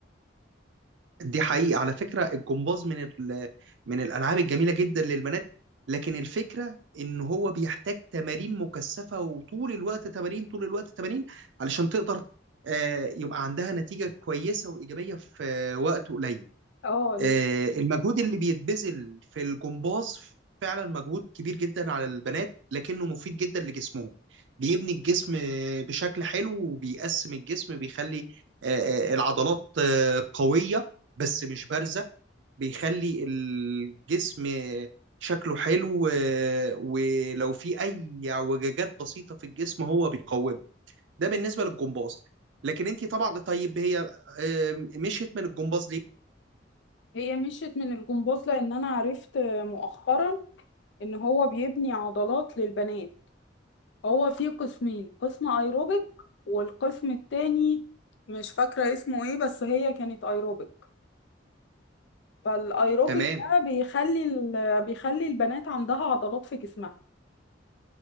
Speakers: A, on the right (about 70°); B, on the left (about 65°).
A: دي حقيقة على فكرة الجمباز من ال... من الالعاب الجميلة جدا للبنات لكن الفكرة ان هو بيحتاج تمارين مكثفة وطول الوقت تمارين طول الوقت تمارين علشان تقدر آه، يبقى عندها نتيجة كويسة وإيجابية في آه، وقت قليل
B: اه ال-
A: آه، المجهود اللي بيتبذل في الجمباز فعلا مجهود كبير جدا على البنات لكنه مفيد جدا لجسمهم بيبني الجسم آه، بشكل حلو وبيقسم الجسم بيخلي آه، آه، العضلات آه، قوية بس مش بارزة بيخلي الجسم آه، شكله حلو آه، ولو في أي اعوجاجات بسيطة في الجسم هو بيقومها ده بالنسبة للجمباز لكن انت طبعا طيب هي آه، مشيت من الجمباز ليه؟
B: هي مشيت من الجمباز لان انا عرفت مؤخرا ان هو بيبني عضلات للبنات هو فيه قسمين قسم ايروبيك والقسم التاني مش فاكرة اسمه ايه بس هي كانت ايروبيك فالايروبيك
A: تمام
B: ده بيخلي ال- بيخلي البنات عندها عضلات في جسمها